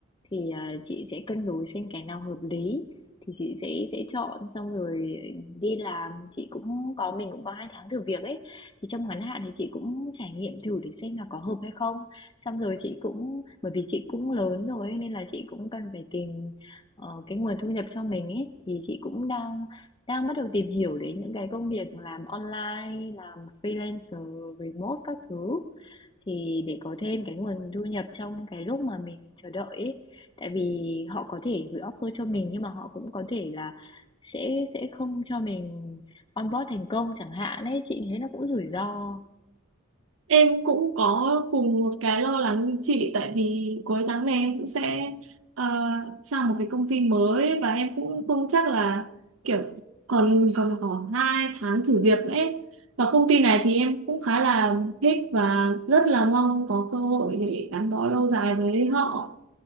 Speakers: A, on the left; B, on the right.
A: thì à, chị sẽ cân đối xem cái nào hợp lý, thì chị sẽ sẽ chọn xong rồi đi làm. Chị cũng có mình cũng có hai tháng thử việc ấy, thì trong ngắn hạn thì chị cũng trải nghiệm thử để xem là có hợp hay không. Xong rồi chị cũng bởi vì chị cũng lớn rồi ấy, nên là chị cũng cần phải tìm, ờ, cái nguồn thu nhập cho mình ấy, thì chị cũng đang đang bắt đầu tìm hiểu đến những cái công việc làm online, làm freelancer, remote các thứ, thì để có thêm cái nguồn thu nhập trong cái lúc mà mình chờ đợi ấy. Tại vì họ có thể gửi offer cho mình nhưng mà họ cũng có thể là sẽ sẽ không cho mình onboard thành công chẳng hạn ấy, chị thấy nó cũng rủi ro.
B: Em cũng có cùng một cái lo lắng như chị tại vì cuối tháng này em cũng sẽ ờ, sang một cái công ty mới và em cũng không chắc là kiểu còn còn có hai tháng thử việc nữa ấy. Và công ty này thì em cũng khá là thích và rất là mong có cơ hội để gắn bó lâu dài với họ.